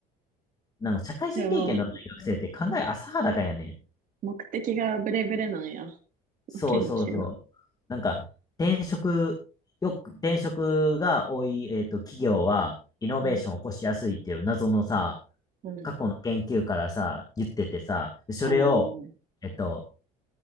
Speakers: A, on the left (about 20°); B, on the right (about 45°).
A: なんか、社会人経験のない学生って考え浅はだかやねん。
B: でも、目的がブレブレなんや。
A: そうそうそう。
B: 研究の。
A: なんか、転職、よく、転職が多い、えっと、企業は、イノベーションを起こしやすいっていう謎のさ、
B: うん。うん。
A: 過去の研究からさ、言っててさ、それを、
B: おー。
A: えっと、